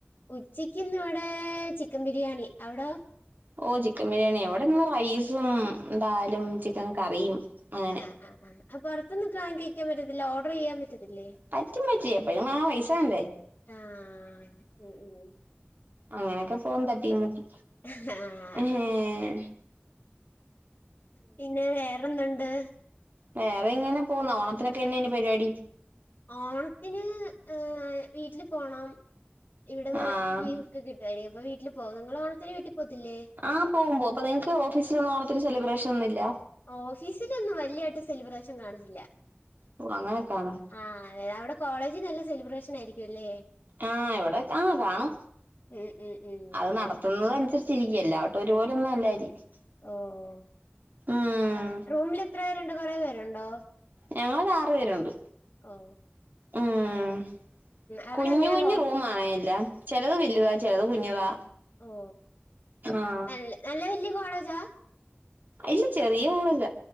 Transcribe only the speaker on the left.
ഉച്ചക്കിന്നിവിടെ ടെ ചികം ബിരിയാണി അവ്ടോ
ആഹ് ആഹ് ആഹ് അപ്പ പുറത്തൊന്നൊക്കെ വാങ്ങി കഴിക്കാൻ പറ്റത്തില്ല ഓർഡർ ചെയ്യാ പറ്റത്തില്ലേ
ആഹ് ഉം ഉം
ആഹ്
പിന്നെ വേറെന്നുണ്ട്
ഓണത്തിന് ഏ വീട്ടില് പോണം ഇവിടെന്ന്
ലീവ് ഒക്കെ കിട്ടുവായിരിക്കും അപ്പ വീട്ടിൽ പോകും നിങ്ങൾ ഓണത്തിന് വീട്ടിൽ പോകത്തില്ലേ
ഓഫീസിലൊന്നും വലിയായിട്ട് സെലിബ്രേഷൻ കാണത്തില്ല
ആഹ്‌ അതെ അവിടെ കോളേജ് നല്ല സെലിബ്രേഷൻ ആയിരിക്കും ല്ലേ
ഉം ഉം ഉം
ഓഹ്
റൂമിൽ എത്ര പേരുണ്ട് കുറേ പേരുണ്ടോ
ഓഹ്‌
അവിടെ
എങ്ങനെ
ഹോ
ഓ
നല്ല നല്ല വല്യ കോളേജാ